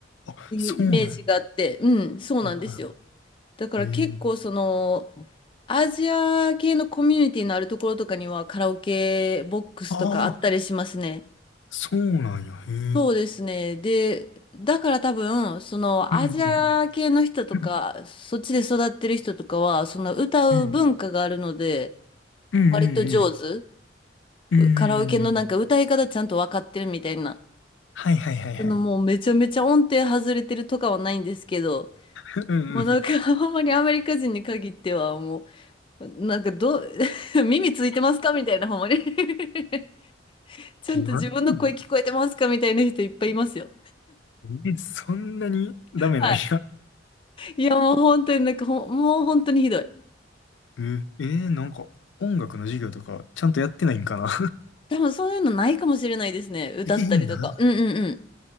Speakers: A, on the left (about 85°); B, on the left (about 30°).
A: あ、
B: ていうイメージがあって、
A: そうなんや。
B: うん、そうなんですよ。
A: あは
B: だから結構、
A: い。ええ。
B: その、アジア系のコミュニティのあるところとかには、カラオケボックスとかあったりしますね。
A: ああ、そうなんや。へえ。
B: そうですね。で、だから多分、その、
A: うん。
B: アジア系の人とか、
A: うん。
B: そっちで育ってる人とかは、その、歌う文化があるので、
A: うん。うんう
B: 割と上手。
A: んうん。うんう
B: うカラオケのなんか歌い方ちゃんと分かってるみたいな。
A: んうん。はいはいはいはい。
B: そのもうめちゃめちゃ音程外れてるとかはないんですけど、
A: <laughs> うん
B: もうなんか <laughs> ほんまにアメリカ人に限ってはもう、なんかどう <laughs>、耳ついてますかみたいなほんまに <laughs> ちゃんと自分の声聞こえてますかみたいな人いっぱいいますよ。
A: うん。マジでえ、そんなにダメなんや。
B: はい。いやもう本当になんかほん、もう本当にひどい。
A: えー、えーなんか、音楽の授業とか、ちゃんとやってないんかな
B: 多分そういうのないかもしれないですね。
A: <laughs>
B: 歌ったりとか。
A: えー、なん
B: うんうんうん。